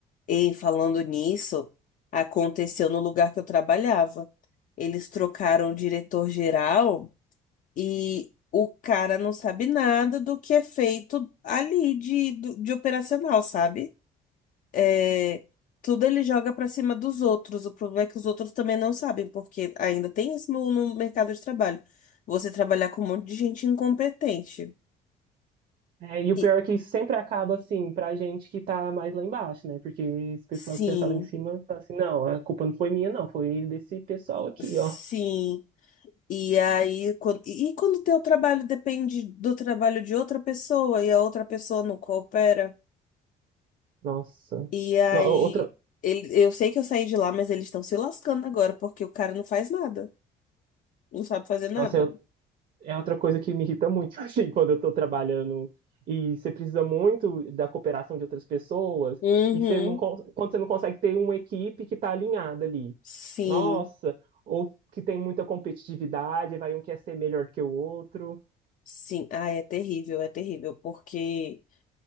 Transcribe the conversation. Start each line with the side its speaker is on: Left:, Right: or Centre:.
Left: E falando nisso, aconteceu no lugar que eu trabalhava. Eles trocaram o diretor-geral e o cara não sabe nada do que é feito ali de, do- de operacional, sabe? é, tudo ele joga pra cima dos outros. O problema é que os outros também não sabem, porque ainda tem isso no, no mercado de trabalho. Você trabalhar com um monte de gente incompetente.
Right: É, e o
Left: E-
Right: pior é que isso sempre acaba assim, pra gente que tá mais lá embaixo, né? Porque esse pessoal
Left: sim,
Right: que já tá lá em cima fala assim, não, a culpa não foi minha, não, foi desse pessoal aqui,
Left: sim.
Right: ó.
Left: E aí, quando, e quando o teu trabalho depende do trabalho de outra pessoa e a outra pessoa não coopera?
Right: Nossa.
Left: E aí,
Right: No- outra,
Left: ele, eu sei que eu saí de lá, mas eles estão se lascando agora, porque o cara não faz nada. Não sabe fazer nada.
Right: nossa, é outra coisa que me irrita muito, <laughs> assim, quando eu estou trabalhando e você precisa muito da cooperação de outras pessoas
Left: Uhum.
Right: e você não, con- quando você não consegue ter uma equipe que está alinhada ali.
Left: Sim.
Right: Nossa, ou que tem muita competitividade, vai um quer ser melhor que o outro.
Left: Sim, ah, é terrível, é terrível, porque